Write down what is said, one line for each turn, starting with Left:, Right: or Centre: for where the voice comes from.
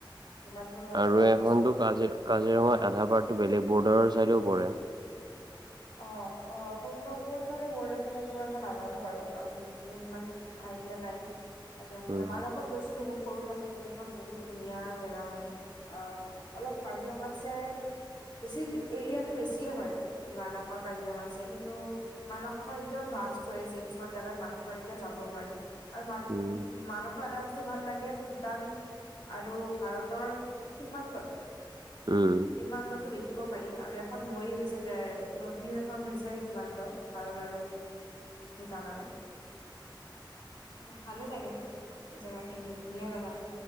Left: যিমান দূৰ মই
Right: আৰু
Left: গম
Right: এইখনতো
Left: পাইছো আৰু
Right: কাজি কাজিৰঙাৰ আধা পাৰ্ডটো বেলেগ বৰ্ডাৰৰ ছাইডেও পৰে।
Left: অ' অ' কোন মই কোনফালে বৰ্ডৰ ফালে পৰে মই নাজানো বাৰু কাৰণ মোৰ ইমান আইডিয়া নাই। কাজিৰঙাৰ ফালে
Right: উম
Left: মানসত গৈছিলো বহুত সৰু থাকোতে সেইখন বহুত ধুনীয়া জেগা হয়। অ অলপ কাজিৰঙাতছে বেছি এৰিয়াটো বেছিয়ে হয়। মানসৰ কাজিৰঙাত ছে কিন্তু। মানসখন এতিয়াও ভাষ্ট হৈ আছে কিছুমান জাগাত মানসৰ এতিয়া যাব নোৱাৰি। আৰু ভাত
Right: উম
Left: <unintelligible> মানুহ। এটা বস্তু ভাল লাগে ভূটান আৰু ভাৰতৰ সীমান্তত।
Right: উম'
Left: সীমান্তটো দেখিব পাৰি আৰু এখন নৈ হৈছে। এ নদী এখন হৈছে সীমান্ত ভাৰত আৰু ভূটানৰ উম ভালে লাগে এই জাগাখিনিও ধুনীয়া জাগা।